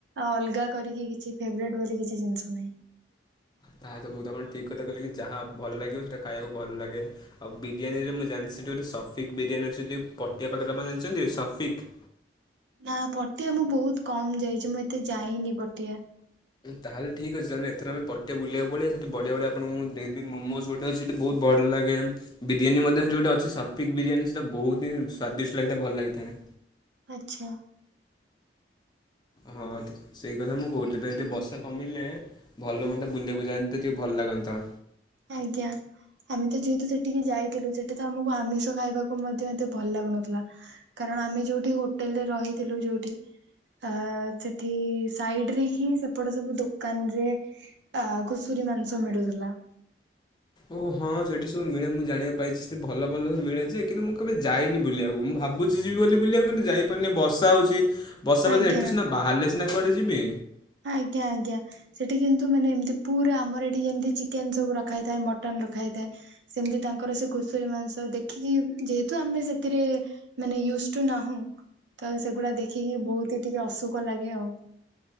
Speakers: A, on the right (about 75°); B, on the left (about 25°).
A: ଅଲଗା କରିକି କିଛି ଫେବ୍ରେଟେ ବୋଲି କିଛି ଜିନିଷ ନାହିଁ।
B: ତାହା ତ ବହୁତ କଣ ଠିକ୍ କଥା କହିଲି ଯାହା ଭଲ ଲାଗିବ ସେଇଟା ଖାଇବାକୁ ଭଲ ଲାଗେ। ଆଉ ବିରିୟାନୀରେ ମୁଁ ଜାଣିଛି ସେଠି ଗୋଟେ ସଫିକ୍ ବିରିୟାନୀ ଅଛି ଯେ ପଟିଆ ପାଖରେ ଜାଛନ୍ତି ସଫିକ୍?
A: ନା ପଟିଆ ମୁଁ ବହୁତ କମ ଯାଇଛି ମୁଁ ଏତେ ଯାଇନି ପଟିଆ।
B: ତାହେଲେ ଠିକ ଅଛି ତାହେଲେ ଏଥରେ ପଟିଆ ବୁଲିବାକୁ ପାଲେଇବା ସେଠି ବଢିଆ ବଢିଆ ଆପଣଙ୍କୁ ମୁଁ ଦେବି ମୋମୋସ ଗୋ ମୋତେ ସେଥି ବହୁତ୍ ଭଲ ଲାଗେ। ବିରିୟାନୀ ମଧ୍ୟ ସେଇଠି ଅଛି ସଫିକ ବିରିୟାନୀ ସେଇଟା ବହୁତ ହି ସ୍ଵାଦିଷ୍ଟ ଲାଗିଥାଏ ଭଲ ଲାଗିଥାଏ।
A: ଆଛା।
B: ହଁ ତ ସେଇ କଥା ମୁଁ କହୁଥିଲି ତ ଏଠି ବର୍ଷା କମିଲେ ଭଲ ହୁଅନ୍ତା ବୁଲିବାକୁ ଯାଆନ୍ତେ ଟିକେ ଭଲ ଲାଗନ୍ତା।
A: ଆଜ୍ଞା ଆମେ ତ ଯେହେତୁ ସେଠିକି ଯାଇଥିଲୁ ସେଠି ତ ଆମକୁ ମୁଁ ଆମିଷ ଖାଇବାକୁ ମଧ୍ୟ ଏତେ ଭଲ ଲାଗୁନଥିଲା କାରଣ ଆମେ ଯୋଉଠି ହୋଟେଲରେ ରହିଥିଲୁ ଯୋଉଠି ଆ ସେଠି ସାଇଡ ରେ ହିଁ ସେପଟ ସବୁ ଦୋକାନରେ ଆ ଘୁଷୁରୀ ମାଂସ ମିଳୁଥିଲା।
B: ଓହ ହଁ ସେଠି ସବୁ ମିଳେ ମୁଁ ଜାଣିବାକୁ ପାଇଛି ସେ ଭଲ ଭଲ ମିଳେ ଯେ କିନ୍ତୁ ମୁଁ କେବେ ଯାଇନି ବୁଲିବାକୁ ମୁଁ ଭାବୁ ଭାବୁଛି ଯିବି ବୋଲି ବୁଲିବାକୁ କିନ୍ତୁ ଯାଇପାରୁନି ବସା ହେଉଛି ବସା କ
A: ଆଜ୍ଞା
B: ଏଠି ସିନା ବାହାରିଲେ ସିନା କୁଆଡ଼େ ଯିବି?
A: ଆଜ୍ଞା ଆଜ୍ଞା। ସେଠି କିନ୍ତୁ ମାନେ ଏମିତି ପୁରା ଆମର ଏଠି ଯେମିତି ଚିକେନ ସବୁ ରଖା ଯାଇ ଥାଏ ମଟନ ରଖା ଥାଏ ସେମିତି ତାଙ୍କର ସେ ଘୁଷୁରୀ ମାଂସ ଦେଖିକି ଯେହେତୁ ଆମେ ସେଥିରେ ମାନେ ୟୁଜ ଟୁ ନାହୁଁ ତ ସେଗୁଡା ଦେଖିକି ବହୁତ ଟିକେ ଅଶୁକ ଲାଗେ ଆଉ।